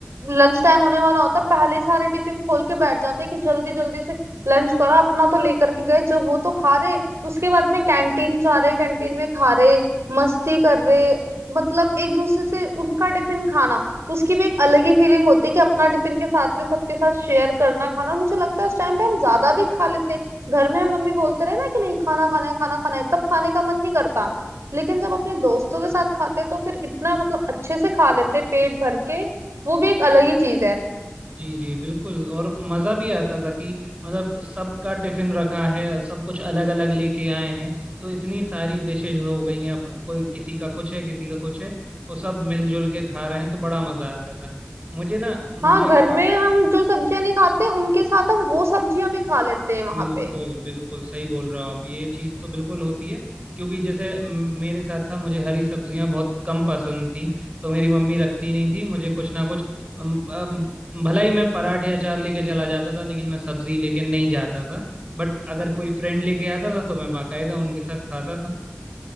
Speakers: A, on the right; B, on the right.
A: लंच टाइम होने वाला होता पहले ही सारे टिफिन खोल के बैठ जाते कि जल्दी जल्दी से लंच करा अपना तो लेकर के गए जब वो तो खा रहे उसके बाद में कैंटीन जा रहे कैंटीन में खा रहे मस्ती कर रहे मतलब एक दूसरे से उनका टिफिन खाना उसकी भी एक अलग ही फीलिंग होती है कि अपना टिफिन के साथ में सबके साथ शेयर करना खाना और मुझे लगता है उस टाइम पे हम ज्यादा भी खा लेते हैं घर में मम्मी बोलते रहे ना कि नहीं खाना खाना है खाना खाना है तब खाने का मन नहीं करता लेकिन जब अपने दोस्तों के साथ खाते हैं तो फिर इतना मतलब अच्छे से खा लेते हैं पेट भर के वो भी एक अलग ही चीज है
B: जी जी बिल्कुल और मज़ा भी आता था कि मतलब सबका टिफिन रखा है सब कुछ अलग अलग लेके आए हैं तो इतनी सारी डिशेज हो गई हैं अब कोई किसी का कुछ है किसी का कुछ है वो सब मिलजुल के खा रहे हैं तो बड़ा मज़ा आता था मुझे ना मुझे
A: हाँ घर
B: क्या
A: में हम जो सब्जियां नहीं खाते उनके साथ हम वो सब्जियां भी खा लेते हैं वहां
B: बिल्कुल
A: पे
B: बिल्कुल सही बोल रहे हो आप ये चीज़ तो बिल्कुल होती है क्योंकि जैसे म- मेरे साथ था मुझे हरी सब्जियां बहुत कम पसंद थी तो मेरी मम्मी रखती नहीं थी मुझे कुछ ना कुछ अम, अम, भला ही मैं पराठे अचार लेके चला जाता था लेकिन मैं सब्जी लेके नहीं जाता था बट अगर कोई फ्रेंड लेके आता था तो मैं बाकायदा उनके साथ खाता था